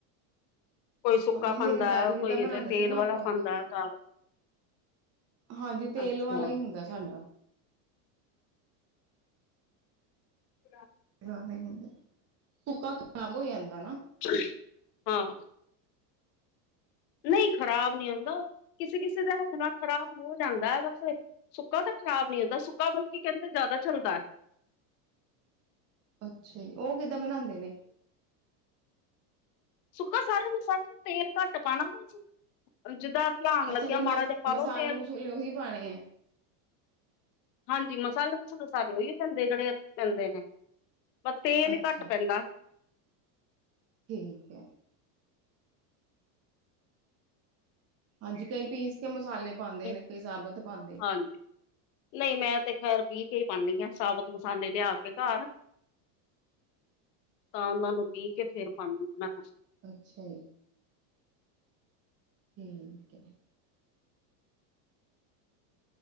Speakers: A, on the left; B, on the right.
A: ਕੋਈ ਸੁੱਕਾ
B: ਹਾਂ ਨਹੀਂ ਮੇਰੀ
A: ਪਾਉਂਦਾ
B: ਦਾਦੀ
A: ਹੈ
B: ਜਿੱਦਾਂ
A: ਕੋਈ
B: ਬਣਾਦੇ
A: ਤੇਲ
B: ਸੀ ਨਾ
A: ਵਾਲਾ
B: ਆਪਾਂ ਓਦਾਂ
A: ਪਾਉਂਦਾ
B: ਹੀ ਪਾਦੇ
A: ਅਚਾਰ
B: ਆ। ਹਾਂਜੀ ਤੇਲ
A: ਅੱਛਾ
B: ਵਾਲਾ ਹੀ ਹੁੰਦਾ ਸਾਡਾ
A: ਖ਼ਾਲੀ
B: <unintelligible>
A: <unintelligible>
B: ਹੁੰਦਾ ਸੁੱਕਾ ਖ਼ਰਾਬ ਹੋ ਜਾਂਦਾ ਨਾ।
A: <unintelligible> ਹਾਂ। ਨਹੀਂ ਖ਼ਰਾਬ ਨਹੀਂ ਹੁੰਂਦਾ ਕਿਸੇ- ਕਿਸੇ ਦੇ ਹੱਥ ਨਾਲ ਖ਼ਰਾਬ ਹੋ ਜਾਂਦਾ ਵੈਸੇ ਸੁੱਕਾ ਤਾਂ ਖ਼ਰਾਬ ਨੀ ਹੁੰਦਾ ਸੁੱਕਾ ਮਤਲਬ ਕੀ ਕਹਿੰਦੇ ਜ਼ਿਆਦਾ ਚੱਲਦਾ।
B: ਅੱਛਾ ਜੀ ਉਹ ਕਿੱਦਾਂ ਬਣਾਂਦੇ ਨੇ।
A: ਸੁੱਕਾ ਸਾਰੇ ਮਸਾਲੇ ਤੇਲ ਘੱਟ ਪਾਂਣਾ ਵਾ ਜੀ। ਜਿੱਦਾਂ ਰਲਾਣ
B: ਅੱਛਾ
A: ਲੱਗਿਆ
B: ਜੀ ਮਸ
A: ਮਾੜਾ ਜਾ ਪਾ
B: ਮਸਾਲੇ
A: ਲੋ ਤੇਲ
B: ਮਸੂਲੇ ਉਹੀ ਪਾਣੇ ਆ
A: ਹਾਂਜੀ ਮਸਾਲੇ ਮਸੂਲੇ ਸਾਰੇ ਉਹੀਏ ਪੈਂਦੇ ਜਿਹੜੇ ਪੈਂਦੇ ਨੇ। ਬ ਤੇਲ
B: ਅੱਛਾ
A: ਹੀ ਘੱਟ ਪੈਂਦਾ।
B: ਠੀਕ ਐ। ਹਾਂਜੀ ਕਈ ਪੀਸ ਕੇ ਮਸਾਲੇ ਪਾਂਦੇ
A: ਕ
B: ਨੇ ਕਈ ਸਾਬਤ ਪਾਂਦੇ
A: ਹਾਂਜੀ ਨਹੀਂ ਮੈਂ ਤੇ ਖੈਰ ਪੀਹ ਕੇ ਹੀ ਪਾਂਦੀ ਆ ਸਾਬਤ ਮਸਾਲੇ ਲਿਆ ਕੇ ਘਰ ਤਾਂ ਉਹਨਾਂ ਨੂੰ ਪੀਹ ਕੇ ਫੇਰ ਪਾਂਨੀ ਆ ਉਹਨਾਂ 'ਚ
B: ਅੱਛਾ ਜੀ। ਠੀਕ ਏ।